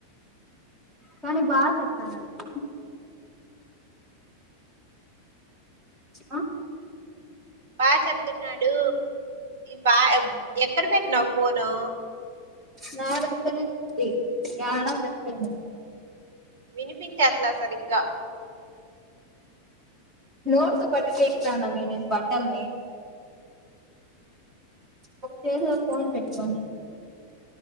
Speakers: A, on the right; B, on the right.
A: కానీ బాగా చెప్తాన్నాడు కదా ఆ
B: బాగా చెప్తున్నాడు బా ఎక్కడ పెట్టినావు ఫోను
A: నా దగ్గరే ఉంది యాడ పెట్టలే నేను
B: వినిపించట్లా సరిగ్గా
A: నోటితో పట్టుకొని ఎక్కుతాండ నేను బట్టల్ని ఒక చేతిలో ఫోన్ పెట్టుకొని